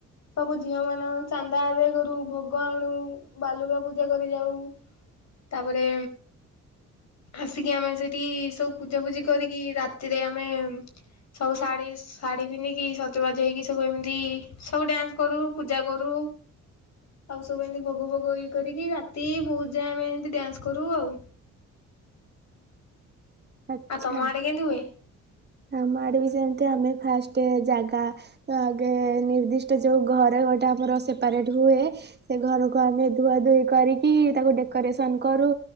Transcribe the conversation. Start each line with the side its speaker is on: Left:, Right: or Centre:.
Left: ସବୁ ଝିଅ ମାନ ଚାନ୍ଦା ଆଦାୟ କରୁ ଭୋଗ ଆଣୁ ବାଲୁକା ପୂଜା କରି ଯାଉ ତାପରେ ଆସିକି ଆମେ ସେଠି ସବୁ ପୂଜା ଫୂଜି କରିକି ରାତିରେ ଆମେ ସବୁ ଶାଢୀ ଶାଢୀ ପିନ୍ଧିକି ସଜବାଜ ହେଇକି ସବୁ ଏମିତି ସବୁ ଡ୍ୟାନ୍ସ କରୁ ପୂଜା କରୁ ଆଉ ସବୁ ଏମିତି ଭୋଗ ଭୋଗ ଇଏ କରିକି ରାତି ବହୁତ ଯାଏ ଆମେ ଏମିତି ଡ୍ୟାନ୍ସ କରୁ ଆଉ
Right: ଆଚ୍ଛା
Left: ଆ ତମ ଆଡ଼େ କେନତି ହୁଏ।
Right: ଆମ ଆଡେ ବି ଯେମତି ଆମେ ଫାଷ୍ଟ ଜାଗା ଆଗେ ନିର୍ଦ୍ଦିଷ୍ଟ ଯୋଉ ଘରେ ଗୋଟେ ଆମର ସେପାରେଟ ହୁଏ। ସେ ଘରକୁ ଆମେ ଧୁଆ ଧୁଇ କରିକି ତାକୁ ଡେକୋରେସନ କରୁ।